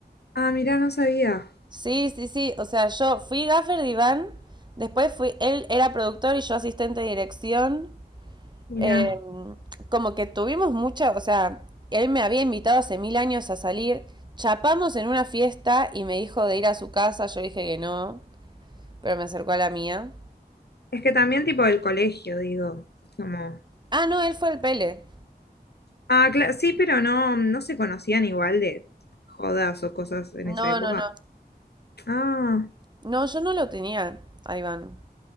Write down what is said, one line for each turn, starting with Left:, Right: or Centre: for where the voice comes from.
Left: Ah, mira, no sabía.
Right: Sí, sí, sí, o sea, yo fui gaffer de Iván, después fui, él era productor y yo asistente de dirección.
Left: Mira.
Right: Eh, como que tuvimos mucha, o sea, él me había invitado hace mil años a salir, chapamos en una fiesta y me dijo de ir a su casa, yo dije que no, pero me acercó a la mía.
Left: Es que también tipo del colegio, digo. Como.
Right: Ah, no, él fue el Pele.
Left: Ah, cla- sí, pero no, mm, no se conocían igual de jodas o cosas en
Right: No,
Left: esa época.
Right: no, no.
Left: Ah.
Right: No, yo no lo tenía, a Iván.